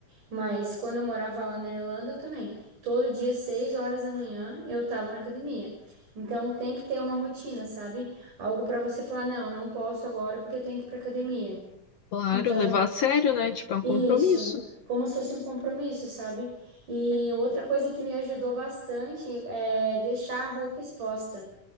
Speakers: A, on the right; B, on the left.
A: Mas quando eu morava lá na Irlanda, eu também. Todo dia, seis horas da manhã, eu tava na academia. Então, tem que ter uma rotina, sabe? Algo pra você falar, não, eu não posso agora porque eu tenho que ir pra academia.
B: Claro,
A: Então,
B: levar a sério, né? Tipo, é um
A: isso,
B: compromisso.
A: como se fosse um compromisso, sabe? E
B: Uhum.
A: outra coisa que me ajudou bastante é deixar a roupa exposta.